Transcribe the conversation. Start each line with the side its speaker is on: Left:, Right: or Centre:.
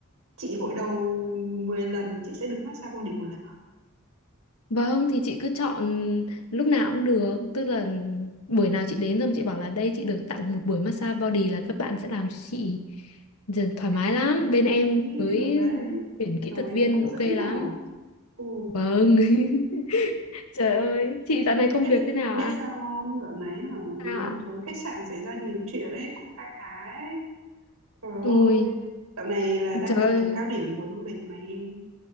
Right: chị gội đầu 10 lần chị sẽ được massage body một lần hả?
Left: vâng thì chị cứ chọn lúc nào cũng được tức là buổi nào chị đến xong chị bảo là đây chị được tặng một buổi massage body là các bạn sẽ làm cho chị Giờ thoải
Right: Ê,
Left: mái lắm bên em
Right: ý,
Left: mới
Right: được đấy.
Left: tuyển kỹ
Right: Trời
Left: thuật
Right: ơi,
Left: viên
Right: nghe hấp
Left: ok
Right: dẫn
Left: lắm
Right: nhở. Ừ.
Left: vâng <laughs> trời ơi chị dạo này công
Right: biết
Left: việc thế nào
Right: biết
Left: ạ
Right: sao không dạo này hả
Left: sao ạ
Right: trời ơi, khách sạn xảy ra nhiều chuyện ấy cũng kha khá ấy trời ơi
Left: ôi
Right: dạo này là đang
Left: trời
Right: là
Left: ơi
Right: giờ cao điểm mùa du lịch mà em